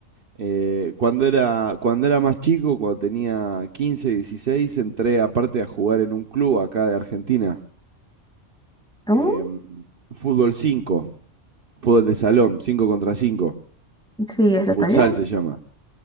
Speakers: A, on the right; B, in the centre.
A: Eh, cuando era, cuando era más chico, cuando tenía 15, 16, entré aparte a jugar en un club acá de Argentina.
B: Mm,
A: em, fútbol cinco fútbol de salón, 5 contra cinco
B: Sí, eso
A: futsal
B: está bien,
A: se llama.